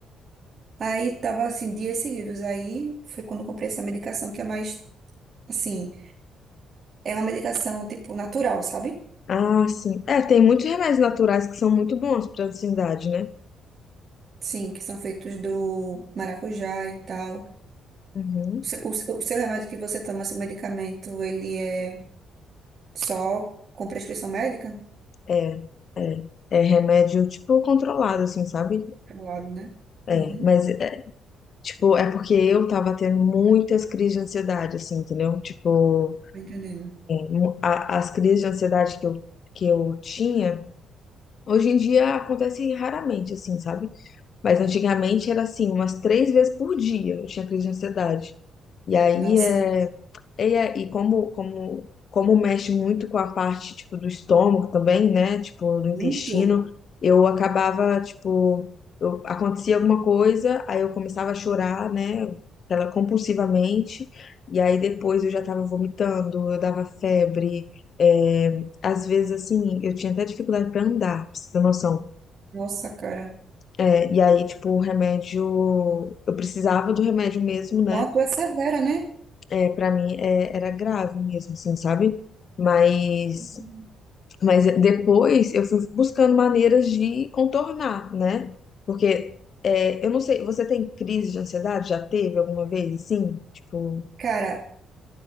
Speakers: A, on the right; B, on the left.
A: Aí tava assim, dias seguidos. Aí foi quando eu comprei essa medicação que é mais, assim, é uma medicação tipo natural, sabe?
B: Ah, sim. É, tem muitos remédios naturais que são muito bons pra ansiedade, né?
A: Sim, que são feitos do maracujá e tal.
B: Uhum.
A: O seu, o seu o seu remédio que você toma, seu medicamento, ele é só com prescrição médica?
B: É, é. É remédio, tipo, controlado, assim, sabe?
A: Claro, né?
B: É,
A: Uhum,
B: mas, é, tipo, é porque eu tava tendo muitas crises de ansiedade, assim, entendeu? Tipo,
A: tô entendendo.
B: mu- a- as crises de ansiedade que eu, que eu tinha, hoje em dia acontecem raramente, assim, sabe? Mas antigamente era assim, umas três vezes por dia eu tinha crise de ansiedade. E aí
A: Nossa,
B: é, e, é- e como, como, como mexe muito com a parte tipo do estômago também, né? Tipo, do intestino,
A: muito.
B: eu acabava, tipo, eu, acontecia alguma coisa, aí eu começava a chorar, né? Ela compulsivamente, e aí depois eu já tava vomitando, eu dava febre, é, às vezes assim, eu tinha até dificuldade para andar, pra você ter noção.
A: Nossa, cara.
B: É, e aí, tipo, o remédio, eu precisava do remédio mesmo, né?
A: Não, tu é severa, né?
B: É, para mim é, era grave mesmo, assim, sabe? Mas,
A: Uhum.
B: mas depois eu fui buscando maneiras de contornar, né? Porque é, eu não sei, você tem crise de ansiedade? Já teve alguma vez, assim? Tipo,
A: Cara,